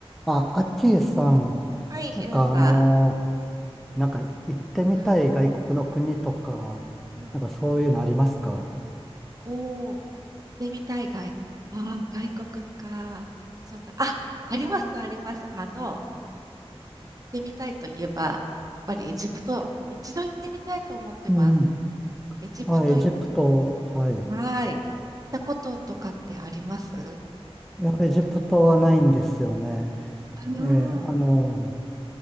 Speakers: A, in the centre; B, on the right.
A: あ、アッキーさん、
B: はい、広さ。
A: なんかあのーなんか行ってみたい外国の国とか、
B: うん。うん。
A: なんかそういうのありますか
B: おー、でみたい外。ああ、外国のか。そうだ。あ、あります、あります。あの、行ってみたいといえば、やっぱりエジプト、一度行ってみたいと思ってます。
A: うん。
B: エジプト、
A: あ、エジプト、
B: はい。
A: はい。
B: 行ったこととかってあります
A: いや、エジプトはないんですよね。
B: いろあのー
A: ええ、あのー